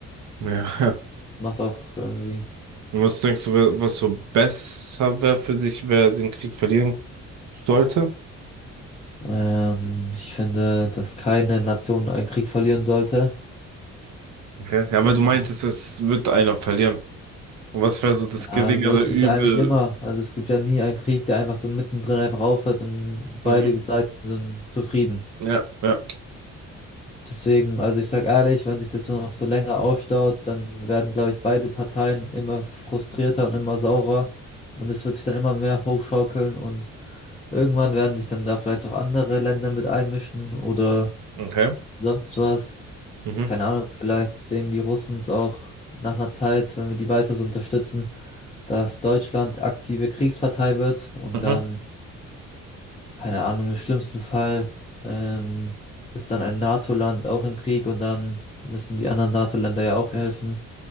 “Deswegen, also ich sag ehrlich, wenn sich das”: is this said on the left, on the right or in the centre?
Left